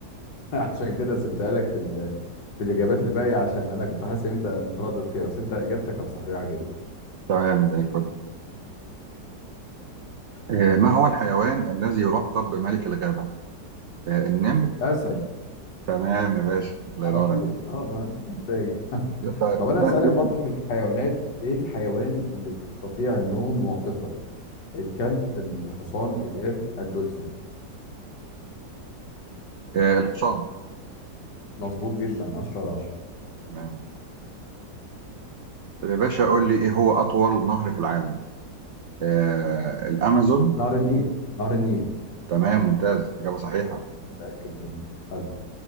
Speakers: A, on the left (about 80°); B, on the right (about 75°).
A: <laughs> عشان كده سبتها لك في ال... في الاجابات الباقيه عشان انا كنت حاسس ان انت متردد فيها بس انت اجابتك كانت صحيحه جدا
B: تمام زي الفل آه، ما هو الحيوان الذي يلقب بملك الغابة آه، النمر
A: الاسد
B: تمام يا باشا الله
A: على
B: ينور
A: طول
B: عليك
A: اه ما مش محتاج
B: لسه
A: طب
B: كنت
A: انا
B: سامعك
A: اسالك
B: بتقول-
A: برضو في الحيوانات ايه الحيوان اللي بيستطيع النوم واقفا الكلب الحصان القرد الدولفين
B: آه، الحصان
A: مظبوط جدا 10 على 10
B: تمام طب يا باشا قول لي ايه هو اطول نهر في العالم آه الامازون
A: نهر النيل نهر النيل
B: تمام ممتاز اجابه صحيحه
A: متاكد منه حلو